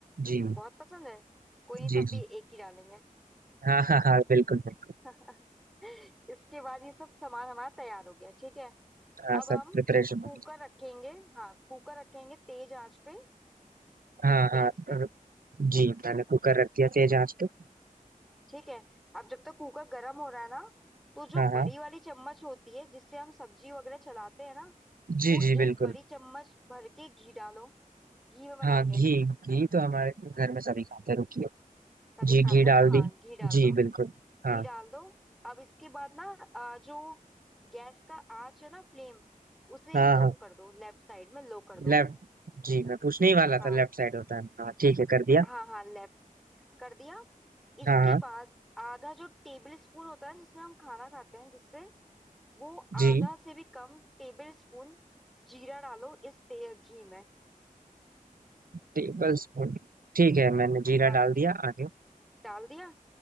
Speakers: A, on the right (about 80°); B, in the centre.
A: जी
B: बहुत पसंद है कोई नहीं
A: जी
B: तब भी
A: जी
B: एक ही डालेंगे
A: हाँ हाँ हाँ बिल्कुल बिल्कुल
B: <laughs> इसके बाद ये सब सामान हमारा तैयार हो गया ठीक है
A: हाँ
B: अब
A: सब
B: हम
A: प्रिपरेशन
B: कुकर
A: हो गई
B: रखेंगे हाँ कुकर रखेंगे तेज आंच पे
A: हाँ हाँ
B: गैस पे
A: अ, जी मैंने कुकर रख दिया तेज आंच पे
B: ठीक है अब जब तक कुकर गर्म हो रहा है ना तो जो
A: हाँ हाँ
B: बड़ी वाली चम्मच होती है जिससे हम सब्जी वगैरह चलाते हैं ना
A: जी
B: वो
A: जी बिल्कुल
B: एक बड़ी चम्मच भर के घी डालो घी में बनाएंगे
A: हाँ घी घी तो हमारे घर में सभी खाते हैं रुकिए
B: सभी
A: जी
B: खाते
A: घी डाल
B: हैं ना हाँ
A: दी
B: घी डाल
A: जी
B: दो
A: बिल्कुल हाँ
B: घी डाल दो अब इसके बाद ना आ, जो गैस का आंच है ना फ्लेम उसे
A: हाँ
B: लो
A: हाँ
B: कर दो लेफ्ट साइड में लो कर दो
A: लेफ्ट जी मैं पूछने ही वाला
B: हाँ
A: था लेफ्ट साइड होता है हाँ ठीक है कर दिया
B: हाँ हाँ लेफ्ट कर दिया इसके
A: हाँ हाँ
B: बाद आधा जो टेबल स्पून होता है जिसमें हम खाना खाते हैं जिससे वो
A: जी
B: आधा से भी कम टेबल स्पून जीरा डालो इस ते घी में
A: Tablespoon ठीक है मैंने जीरा
B: हाँ जी
A: डाल दिया आगे
B: डाल दिया